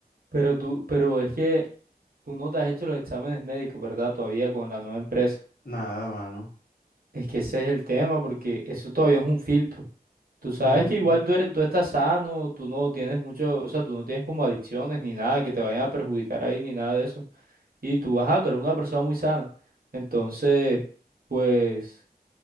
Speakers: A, on the right (about 65°); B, on the left (about 70°).
A: Pero tú, pero es que tú no te has hecho los exámenes médicos, ¿verdad? Todavía con la nueva empresa.
B: Nada, mano.
A: Es que ese es el tema, porque eso todavía es un filtro. Tú
B: Mm,
A: sabes que igual tú eres, tú estás sano, tú no tienes mucho, o sea, tú no tienes como adicciones ni nada que te vayan a perjudicar ahí ni nada de eso. Y tú, vas tú eres una persona muy sana. Entonces, pues.